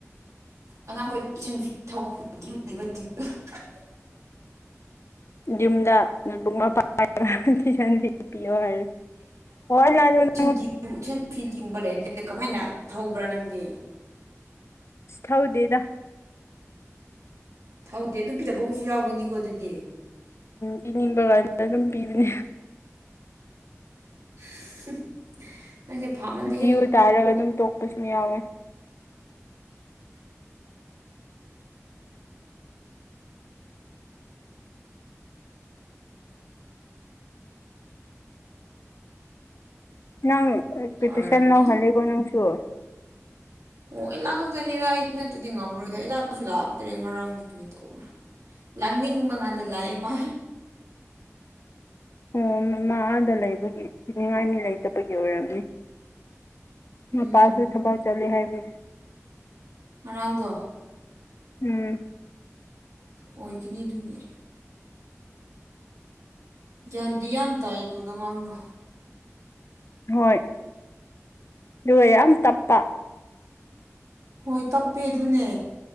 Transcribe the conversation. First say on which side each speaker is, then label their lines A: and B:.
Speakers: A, on the right; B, on the left.
A: ꯑꯉꯥꯡꯈꯣꯏ <unintelligible>
B: ꯌꯨꯝꯗ <unintelligible>
A: ꯨꯟ ꯐꯤ ꯗꯤꯒꯨꯝꯕ ꯂꯩ ꯀꯃꯥꯏꯅ ꯊꯧꯕ꯭ꯔꯥ ꯅꯪꯗꯤ
B: ꯑꯁ ꯊꯧꯗꯦꯗ
A: ꯊꯧꯗꯦ ꯑꯗꯨ <unintelligible> ꯑꯗꯨꯗꯤ
B: ꯄꯤꯅꯤꯡꯕ ꯀꯥꯏꯅ ꯑꯗꯨꯝ ꯄꯤꯕꯅꯦ
A: <inaudible> ꯐꯥꯃꯜꯂꯦꯍꯦ
B: ꯖꯤꯌ ꯇꯥꯔꯒ ꯑꯗꯨꯝ ꯇꯣꯛꯄꯁꯨ ꯌꯥꯎꯋꯦ ꯅꯪ ꯄꯤ
A: ꯍꯔꯂꯦꯟ
B: ꯇꯨꯁꯟ ꯂ ꯍꯂꯦꯒꯣ ꯅꯪꯁꯨ
A: ꯑꯣ ꯏꯂꯥ ꯈꯛꯇꯅꯤꯗ ꯑ ꯅꯠꯇꯗꯤ ꯉꯝꯃꯣꯏꯗ ꯏꯂꯥꯁꯨ ꯂꯥꯛꯇ꯭ꯔꯦ ꯉꯔꯥꯡꯗꯤ ꯀꯔꯤ ꯇꯧꯕ꯭ꯔꯥ ꯂꯥꯛꯅꯤꯡꯕ ꯀꯥꯟꯗ ꯂꯥꯛꯑꯦ ꯃꯥ
B: ꯑꯣ ꯃꯃ ꯑꯥꯗ ꯂꯩꯕꯒꯤ ꯊꯤꯅꯤꯡꯉꯥꯏ ꯃꯤ ꯂꯩꯇꯕꯒꯤ ꯑꯣꯏꯔꯝꯅꯤ ꯃꯄꯥꯁꯨ
A: ꯎꯝ
B: ꯊꯕꯛ ꯆꯠꯂꯦ ꯍꯥꯏꯅꯦ
A: ꯉꯥꯔꯡꯗꯣ
B: ꯎꯝ
A: ꯑꯣꯏꯒꯅꯤ ꯑꯗꯨꯒꯤ ꯒ꯭ꯌꯥꯟꯗꯤ ꯌꯥꯝ ꯇꯥꯏ ꯑꯗꯨꯗꯣ ꯉꯥꯡꯗꯣ
B: ꯍꯣꯏ ꯑꯗꯨꯒ ꯌꯥꯝ ꯇꯞꯄ
A: ꯍꯣꯏ ꯇꯞꯄꯦ ꯑꯗꯨꯅꯦ